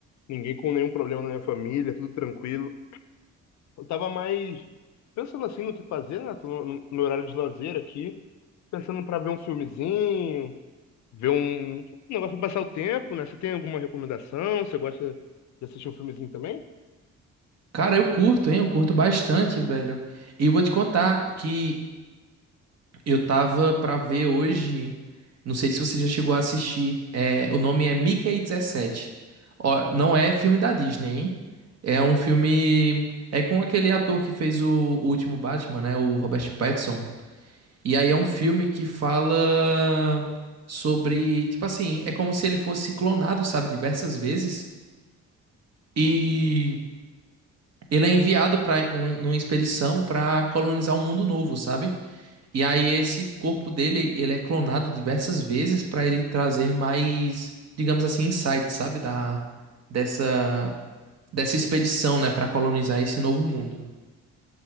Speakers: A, on the left; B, on the right.
A: Ninguém com nenhum problema na minha família, tudo tranquilo. Eu tava mais pensando assim no que fazer, né? Tô no, no horário de lazer aqui, pensando pra ver um filmezinho, ver um, um negócio pra passar o tempo, né? Você tem alguma recomendação? Você gosta de assistir um filmezinho também?
B: Cara, eu curto, hein? Eu curto bastante, velho. E vou te contar que eu tava pra ver hoje. Não sei se você já chegou a assistir. É, o nome é Mickey dezessete. Ó, não é filme da Disney, hein? É um filme. É com aquele ator que fez o, o último Batman, né? O Robert Pattinson. E aí é um filme que fala sobre, tipo assim, é como se ele fosse clonado, sabe, diversas vezes. E ele é enviado para uma expedição para colonizar um mundo novo, sabe? E aí esse corpo dele, ele é clonado diversas vezes para ele trazer mais, digamos assim, insights, sabe, da dessa dessa expedição, né, para colonizar esse novo mundo.